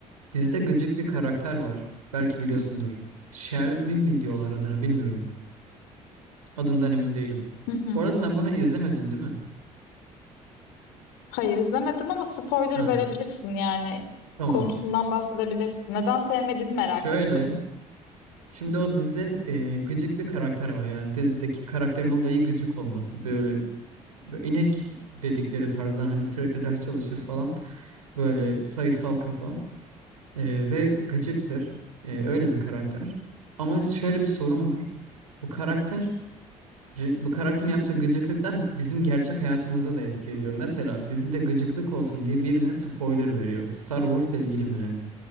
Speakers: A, on the right; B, on the left.
A: dizide gıcık bir karakter var. Belki biliyorsundur. Shelby mi diyorlar adına bilmiyorum. Adından emin değilim.
B: Hı hı.
A: Bu arada sen bunu izlemedin değil mi?
B: Hayır izlemedim ama spoiler
A: Ha,
B: verebilirsin yani.
A: tamam.
B: Konusundan bahsedebilirsin. Neden sevmediğini merak
A: Şöyle.
B: ettim.
A: Şimdi o dizide e, gıcık bir karakter var. Yani dizideki karakterin olayı gıcık olması. Böyle, böyle inek dedikleri tarzdan hani sürekli ders çalışır falan. Böyle sayısal kafa. E, ve gıcıktır. E, öyle bir karakter. Ama şöyle bir sorun var. Bu karakter Re- Bu karakterin yaptığı gıcıklıklar bizim gerçek hayatımıza da etki ediyor. Mesela dizide gıcıklık olsun diye birine spoiler veriyor. Star Wars'la ilgili mi ne?